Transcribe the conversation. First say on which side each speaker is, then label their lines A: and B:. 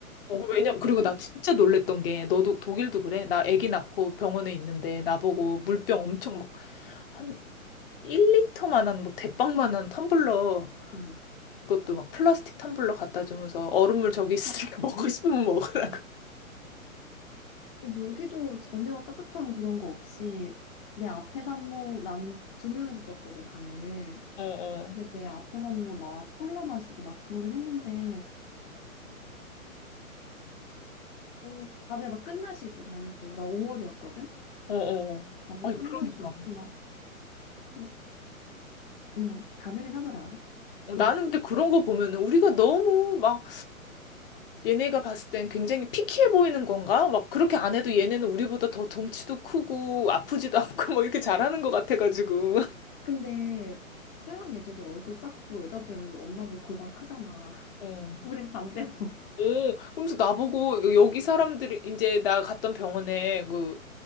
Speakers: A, on the left; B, on the left.
A: 어, 그 왜냐 그리고 나 진짜 놀랬던 게 너도 독일도 그래? 나 아기 낳고 병원에 있는데 나보고 물병 엄청 막한 1리터만한 뭐 대빵만한 텀블러
B: 응.
A: 그것도 막 플라스틱 텀블러 갖다 주면서 얼음물 저기 있으니까 <laughs> 먹고 싶으면 먹으라.
B: 아, 여기도 전혀 따뜻한 그런 거 없이 내 앞에 산모 나는 두 명이서 썼거든 방을.
A: 어, 어,
B: 근데 내 앞에 산모 막 콜라 마시고 막 그러긴 했는데 어, 다들 막 끝나시 입고 다니고 나 5월이었거든.
A: 어, 어.
B: 다들
A: 아니
B: 끝나시
A: 그러니까.
B: 입고 막, 막 음, 다르긴 하더라.
A: 어,
B: 조리.
A: 나는 근데 그런 거 보면은 우리가 너무 막 얘네가 봤을 땐 굉장히 피키해 보이는 건가? 막 그렇게 안 해도 얘네는 우리보다 더 덩치도 크고 아프지도 <laughs> 않고 막 이렇게 잘하는 것 같아가지고. <laughs>
B: 근데 서양 애들이 얼굴 작고 여자들은 엄마들 골반 크잖아. <laughs>
A: 어.
B: 우린 반대고.
A: 오, 그러면서 나보고 여- 여기 사람들이 이제 나 갔던 병원에 그